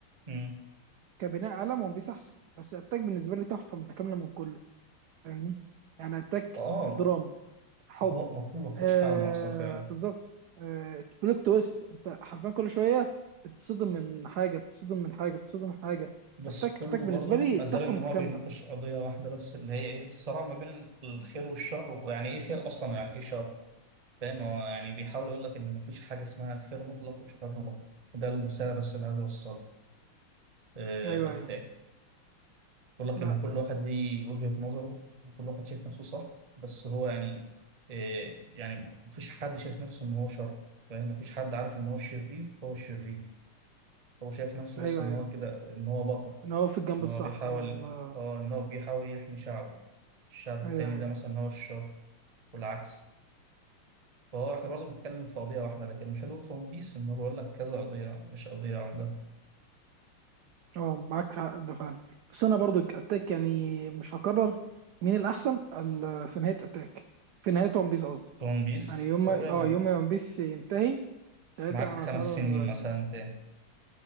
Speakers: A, on the right; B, on the right.
A: امم
B: كبناء عالم ون بيس احسن بس اتاك بالنسبه لي تحفه متكامله من كله فاهمني يعني اتاك
A: اه
B: دراما حب
A: هو المفروض ما فيهوش
B: آه
A: حاجة ناقصة فعلا
B: بالظبط آه بلوت تويست انت حرفيا كل شويه بتصدم من حاجه بتصدم من حاجه بتصدم من حاجه
A: بس
B: اتاك
A: كله
B: اتاك بالنسبه
A: برضو
B: لي
A: ما
B: تحفه
A: زال ان
B: متكامله
A: هو بيناقش قضية واحدة بس اللي هي ايه الصراع ما بين الخير والشر ويعني ايه خير اصلا ويعني ايه شر فاهم هو يعني بيحاول يقول لك ان ما فيش حاجة اسمها خير مطلق وشر مطلق وده الرسالة بس اللي عايز اوصلها آه،
B: ايوه ايوه
A: بقول لك
B: لا
A: ان كل واحد ليه وجهة نظره وكل واحد شايف نفسه صح بس هو يعني إيه يعني مفيش حد شايف نفسه ان هو شر فاهم مفيش حد عارف ان هو الشرير فهو الشرير هو شايف نفسه
B: ايوه
A: بس ان
B: ايوه
A: هو كده ان هو بطل
B: انا هو في الجنب
A: ان
B: الصح
A: هو بيحاول
B: على الله
A: اه ان هو بيحاول يحمي شعبه الشعب
B: ايوه
A: التاني
B: ايوه
A: ده مثلا هو الشر والعكس فهو احنا برضه بنتكلم في قضية واحدة لكن الحلو في ون بيس ان هو بيقول لك كذا قضية مش قضية واحدة
B: اه معاك حق في ده فعلا بس انا برضو اتاك يعني مش هكرر مين الاحسن ال- في نهايه اتاك في نهايه ون بيس قصدي
A: في ون بيس
B: يعني يوم
A: طب
B: ما
A: يلا
B: اه يوم ما ون بيس ينتهي ساعتها
A: معاك
B: انا
A: خمس
B: هكرر
A: سنين
B: من
A: مثلا
B: الاحسن
A: تاني